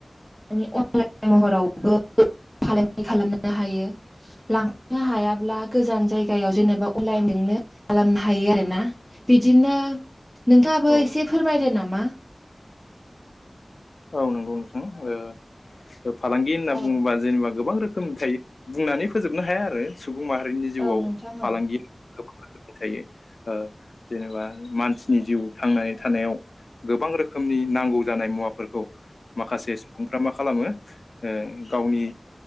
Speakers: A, in the centre; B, on the left (about 90°).
A: माने अनलाइन महरावबो फालांगि खालामनो हायो लांफांनो हायाब्ला गोजान जायगायाव जेनेबा अनलाइनजोंनो खालामनो हायो आरो ना। बिदिनो नोंथाङाबो
B: औ
A: एसे फोरमायदो नामा?
B: औ नंगौ नोंथां। फालांगि होनना
A: औ
B: बुङोबा जेनेबा गोबां रोखोमनि थायो। बुंनानै फोजोबनो हाया आरो सुबुं माहारिनि जिउआव
A: औ नोंथां
B: फालांगिया
A: औ
B: थायो ओ जेनेबा मानसिनि जिउ थांनानै थानायाव गोबां रोखोमनि नांगौ जानाय मुवाफोरखौ माखासे सुबुंफ्रा मा खालामो उ गावनि